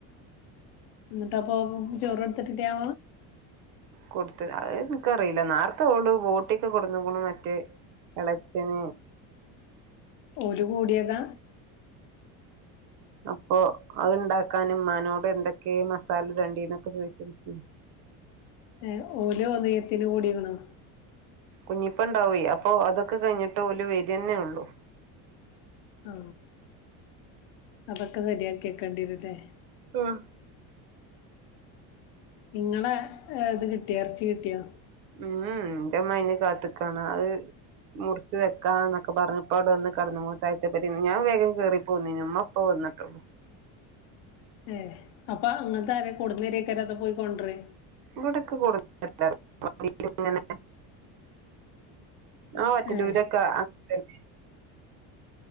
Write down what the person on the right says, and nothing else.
കൊടുത്ത അ നിക്കറിയില്ല നേർത്തെ ഓള് ബോട്ടിയക്കെ കൊടുന്ന പോണ മറ്റേ ഇളേച്ചൻ
അപ്പൊ അത്ണ്ടാക്കാന് മ്മാനോട് എന്തൊക്കെ മസാല രണ്ടിന്നൊക്കെ ചോയിച്ചിന്
കുഞ്ഞിപ്പണ്ടാവേയ് അപ്പൊ അതൊക്കെ കഴിഞ്ഞിട്ട് ഓല് വരെന്നെള്ളു
ആഹ്.
ഉം എന്റെ ഉമ്മ അതിന് കാത്തിക്കാണ് അത് മുറിച്ച് വെക്കാന്നൊക്കെ പറഞ്ഞപ്പ അവിടെ വന്ന് <unintelligible> ഞാൻ വേഗം കേറി പോന്ന് ഉമ്മ ഇപ്പ വന്നിട്ടുള്ളു.
<unintelligible> ആ ഒറ്റലൂരൊക്കെ
<unintelligible>